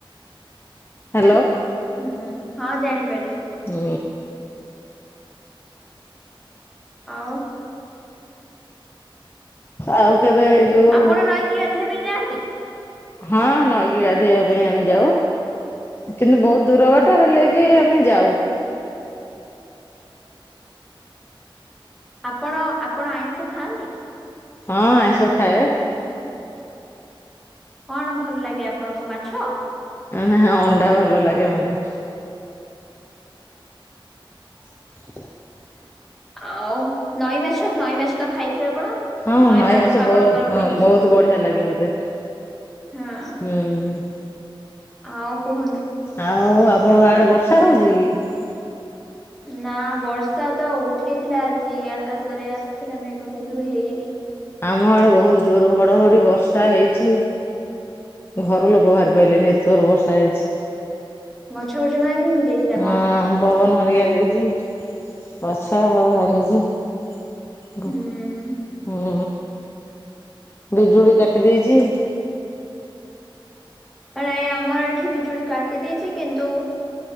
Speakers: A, on the left (about 25°); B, in the centre.
A: ହେଲୋ
B: ହୁଁ ହଁ ଜାଣିପାରିଲି।
A: ହୁଁ।
B: ଆଉ।
A: ଆଉ କେବେ ଯୋଉ
B: ଆପଣ ନଈକି ଗାଧେଇବା ପାଇଁ ଯାଆନ୍ତି?
A: ହଁ ନଈକି ଗାଧୋଇବା ପାଇଁ ଆମେ ଯାଉ। କିନ୍ତୁ ବହୁତ ଦୂର ବାଟ ହେଲେ ବି ଆମେ ଯାଉ।
B: ଆପଣ ଆପଣ ଆଇଁଷ ଖାଆନ୍ତି?
A: ହଁ ଆଇଁଷ ଖାଏ।
B: କଣ ଭଲ ଲାଗେ ଆପଣଙ୍କୁ ମାଛ?
A: ନା ଅଣ୍ଡା ଭଲ ଲାଗେ ମତେ। <inaudible>
B: ଆଉ ନଈ ମାଛ ନଈ ମାଛ ତ ଖାଇଥିବେ ଆପଣ?
A: ହଁ ନଈ
B: ପାଖ
A: ମାଛ
B: ଆପଣଙ୍କର
A: ବ
B: ପୁଣି
A: ବହୁତ ବଢିଆ ଲାଗେ ମତେ।
B: ହଁ
A: ହୁଁ।
B: ଆଉ କୁହନ୍ତୁ?
A: ଆଉ ଆପଣଙ୍କ ଆଡେ ବର୍ଷା ହଉଛି କି?
B: ନା ବର୍ଷା ତ ଉଠେଇଥିଲା ଆଜି ଆକାଶରେ ଆସିଥିଲା ମେଘ କିନ୍ତୁ ହେଇନି।
A: ଆମ ଆଡେ ବହୁତ ଜୋର ଘଡ ଘଡି ବର୍ଷା ହେଇଛି। ଘର ଲୋକ ବାହାରି ପାଇଲେନ ଏତେ ଜୋର୍ ବର୍ଷା ହେଇଛି।
B: ଗଛ ଫଛ ଭାଙ୍ଗି ମୁୁଙ୍ଗି ଯାଇଛି ନା
A: ହଁ
B: କଣ?
A: ପବନ ହରିକ ଦେଇଛି ଗଛ ହଉ ଭାଙ୍ଗିଛି।
B: ହୁଁ
A: ହୁଁ ବିଜୁଳି କାଟି ଦେଇଛି।
B: ନାଇ ଆମର ଏଠି ବିଜୁଳି କାଟି ଦେଇଛି କିନ୍ତୁ